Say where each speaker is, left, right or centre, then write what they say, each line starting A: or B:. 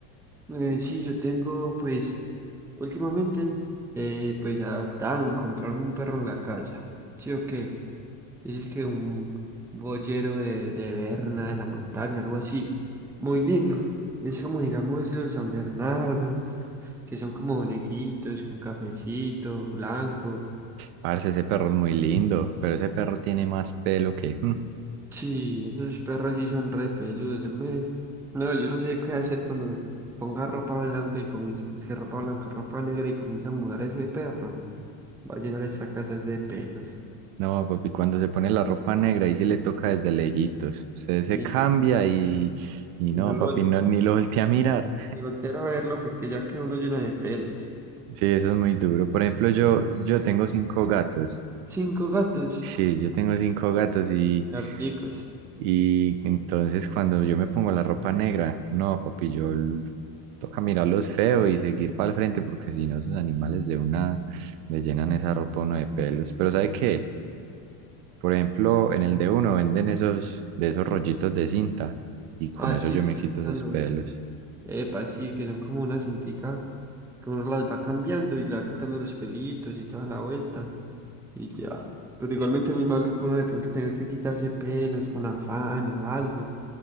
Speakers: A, in the centre; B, on the right.
A: Eh, sí, yo tengo, pues, últimamente, eh, pues, adoptaron, compraron un perro en la casa. ¿Sí o qué? Dices que un boyero de, de Berna, de la montaña, algo así. Muy lindo. Es como, digamos, el San Bernardo, que son como negritos, con cafecito, blanco.
B: Parce, ese perro es muy lindo, pero ese perro tiene más pelo que... mm,
A: Sí, esos perros sí son re peludos. Yo me... No, yo no sé qué hacer cuando me ponga ropa blanca y comience... Es que ropa blanca, ropa negra y comienza a mudar ese perro. Va a llenar esa casa de pelos.
B: No, papi, cuando se pone la ropa negra, ahí sí le toca desde lejitos. Usted se
A: Sí,
B: cambia y... Y
A: y
B: no,
A: no lo
B: papi,
A: vol-
B: no, ni lo voltea a mirar.
A: y voltear a verlo porque ya queda uno lleno de pelos.
B: Sí, eso es muy duro. Por ejemplo, yo, yo tengo cinco gatos
A: Cinco gatos,
B: Sí, yo tengo cinco gatos y,
A: articos.
B: y entonces cuando yo me pongo la ropa negra, no, papi, yo l- toca mirarlos feo y seguir para el frente porque si no, esos animales de una le llenan esa ropa a uno de pelos. Pero ¿sabe qué? Por ejemplo, en el de uno venden esos, de esos rollitos de cinta y con
A: Ah,
B: eso
A: sí,
B: yo
A: que
B: me
A: le
B: quito
A: quitan
B: esos
A: los...
B: pelos.
A: Epa, sí, que son como una cintica que uno las va cambiando y le va quitando los pelitos y toda la vuelta. Y ya. Pero igualmente
B: Sí.
A: muy maluco uno de pronto tener que quitarse pelos con afán o algo.